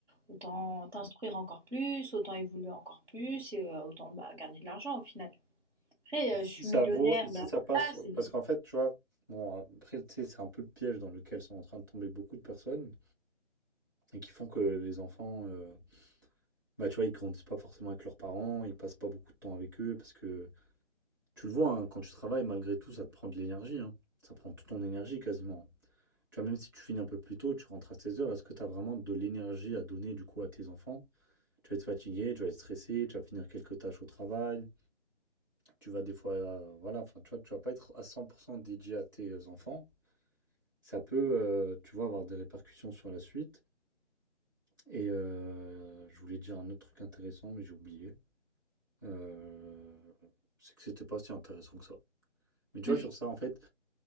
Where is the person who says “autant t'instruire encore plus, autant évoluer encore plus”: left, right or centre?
Right